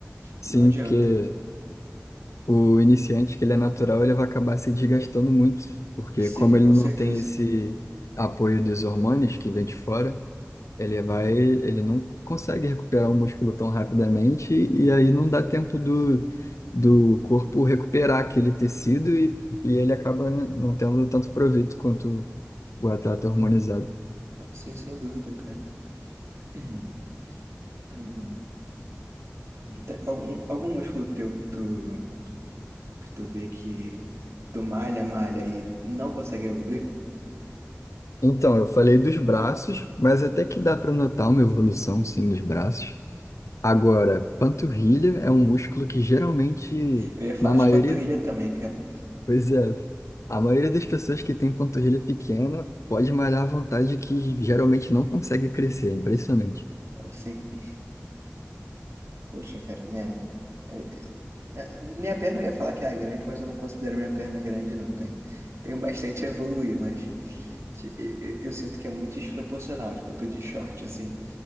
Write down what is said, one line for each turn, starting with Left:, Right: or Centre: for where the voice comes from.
Left: Sim,
Right: Não adianta.
Left: porque O iniciante, que ele é natural, ele vai acabar se desgastando muito, porque
Right: Sim,
Left: como ele
Right: com
Left: não
Right: certeza.
Left: tem esse apoio dos hormônios que vem de fora, ele vai, ele não consegue recuperar o músculo tão rapidamente e aí não dá tempo do, do corpo recuperar aquele tecido e, e ele acaba, né, não tendo tanto proveito quanto o atleta hormonizado.
Right: Não, sim, sem dúvida, cara. <clears throat> Hum, tem algum, algum músculo teu que tu, que tu vê que tu malha, malha e não consegue evoluir?
Left: Então, eu falei dos braços, mas até que dá para notar uma evolução, sim, dos braços. Agora, panturrilha é um músculo que geralmente,
Right: Eu ia falar
Left: na maioria,
Right: de panturrilha também, cara.
Left: pois é, a maioria das pessoas que tem panturrilha pequena pode malhar à vontade que geralmente não consegue crescer, é impressionante.
Right: Assim. <laughs> Poxa, cara, minha, é- é- minha perna eu ia falar que é grande, mas eu não considero minha perna grande, não. Tem, tenho bastante <laughs> a evoluir, mas se- e- e- eu, sinto que é muito desproporcional. Tipo, eu tô de short assim.